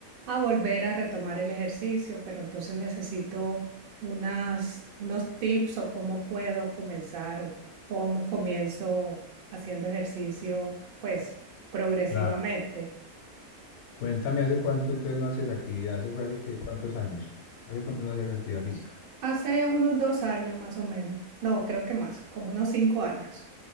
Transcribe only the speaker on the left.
Claro. Cuéntame, ¿hace cuánto entonces no haces actividad? ¿Eso fue hace qué, cuántos años? ¿Hace cuánto no hacías actividad física?